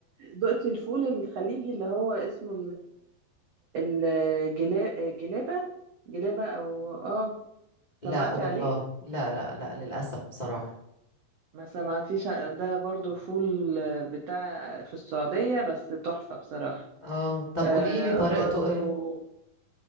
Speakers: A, on the right; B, on the left.
A: دقتي الفول الخليجي اللي هو اسمه الجلابة جلابة جلابة او اه
B: لا
A: سمعتي
B: والله
A: عليه
B: لا لا لا للأسف بصراحة
A: ما سمعتيش ع- ده برضو فول آه، بتاع في السعودية بس تحفة بصراحة
B: اه طب
A: آه
B: قولي لي طريقته
A: برضو
B: ايه